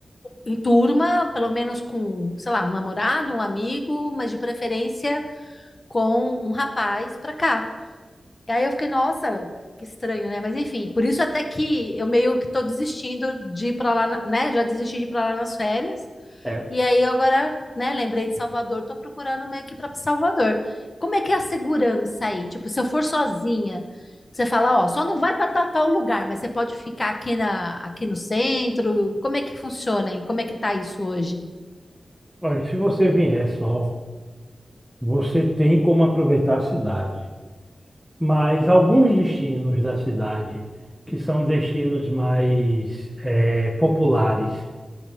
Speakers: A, on the left; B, in the centre.
A: em turma, pelo menos com, sei lá, um namorado, um amigo, mas de preferência com um rapaz para cá. E aí eu fiquei, nossa, que estranho, né? Mas enfim, por isso até que eu meio que tô desistindo de ir pra lá, na- né? Já desisti de ir pra lá nas férias.
B: É,
A: E aí eu agora, né, lembrei de Salvador, tô procurando meio que ir pra Salvador. Como é que é a segurança aí? Tipo, se eu for sozinha, você fala, ó, só não vai pra tal, tal lugar, mas você pode ficar aqui na, aqui no centro. Como é que funciona aí? Como é que tá isso hoje?
B: olha, se você vier só, você tem como aproveitar a cidade. Mas alguns destinos da cidade, que são destinos mais eh, populares,